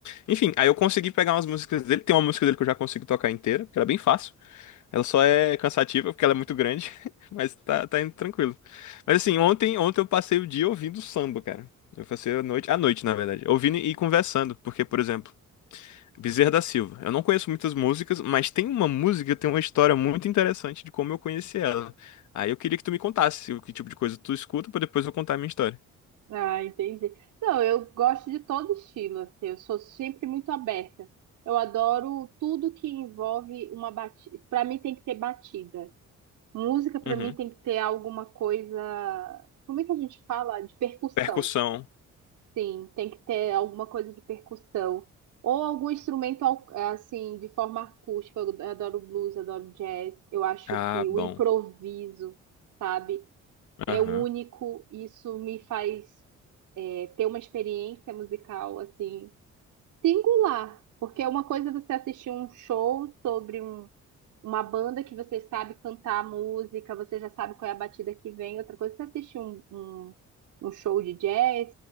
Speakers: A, on the left; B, on the right.
A: Enfim, aí eu consegui pegar umas músicas dele, tem uma música dele que eu já consigo tocar inteira, que ela é bem fácil, ela só é cansativa porque ela é muito grande, <laughs> mas tá, tá indo tranquilo. Mas assim, ontem, ontem eu passei o dia ouvindo samba, cara. Eu passei a noite, a noite, na verdade, ouvindo e conversando, porque, por exemplo, Bezerra da Silva. Eu não conheço muitas músicas, mas tem uma música que tem uma história muito interessante de como eu conheci ela. Aí eu queria que tu me contasse o que tipo de coisa tu escuta pra depois eu contar a minha história.
B: Ah, entendi. Não, eu gosto de todo estilo, assim, eu sou sempre muito aberta. Eu adoro tudo que envolve uma batida. Para mim tem que ter batida. Música para
A: Uhum.
B: mim tem que ter alguma coisa, como é que a gente fala? De percussão.
A: Percussão.
B: Sim, tem que ter alguma coisa de percussão ou algum instrumento al- assim de forma acústica. Eu adoro blues, adoro jazz. Eu acho
A: Ah,
B: que o
A: bom.
B: improviso, sabe? é
A: Aham.
B: único, isso me faz é, ter uma experiência musical assim singular, porque é uma coisa você assistir um show sobre um- uma banda que você sabe cantar a música, você já sabe qual é a batida que vem, outra coisa é você assistir um, um, um show de jazz,